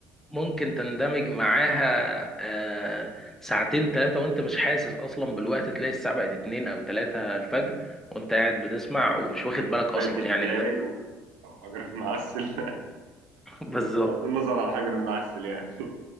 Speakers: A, in the centre; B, on the right (about 80°).
A: ممكن تندمج معاها آه، ساعتين ثلاثة وانت مش حاسس اصلا بالوقت تلاقي الساعة بقت اتنين او تلاتة الفجر وانت قاعد بتسمع ومش واخد بالك
B: كوبايه
A: اصلا
B: الشاي
A: يعني ان
B: و- وحجر المعسل <laughs>
A: <laughs> بالظبط
B: بغض النظر عن حجر المعسل يعني